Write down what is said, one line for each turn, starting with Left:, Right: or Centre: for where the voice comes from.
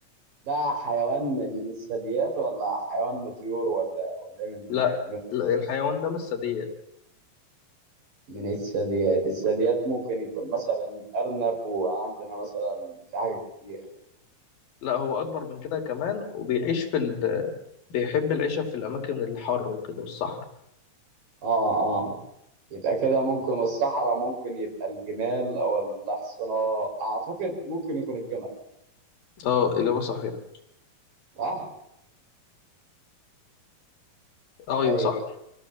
Right: ده حيوان من الثدييات ولا حيوان من الطيور ولا ولا إيه من
Left: لا
Right: من
Left: لا، الحيوان ده مش ثدييات
Right: من الثدييات الثدييات ممكن يكون مثلا الارنب وعندنا مثلا في حاجات كتير
Left: لا هو أكبر من كده كمان وبيعيش في ال... بيحب العيشة في الأماكن الحر وكده والصحراء
Right: اه اه يبقى كده ممكن الصحراء ممكن يبقى الجمال او الاحصنة اعتقد ممكن يكون الجمل
Left: اه إجابة صحيحة
Right: صح
Left: ايوه
Right: طيب
Left: صح